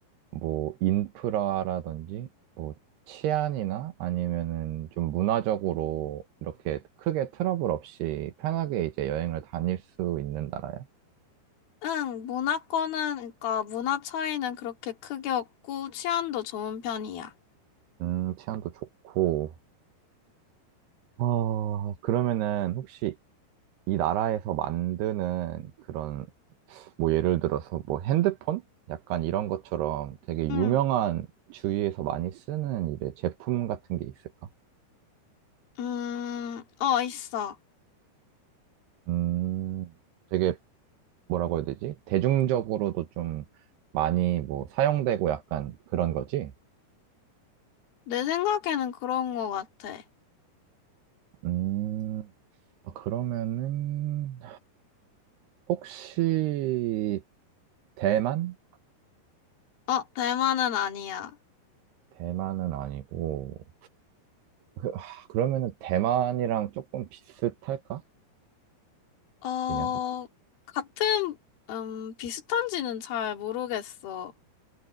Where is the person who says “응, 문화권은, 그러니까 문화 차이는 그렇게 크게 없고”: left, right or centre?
Left